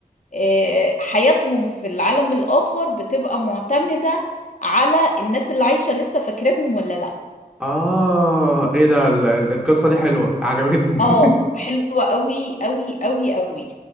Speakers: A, on the left; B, in the centre.
A: آه، حياتهم في العالم الاخر بتبقى معتمدة على الناس اللي عايشة لسه فاكراهم ولا لا
B: آه إيه ده ال- ال- القصة دي حلوة عجبتني
A: اه
B: <laughs>
A: حلوة قوي قوي قوي قوي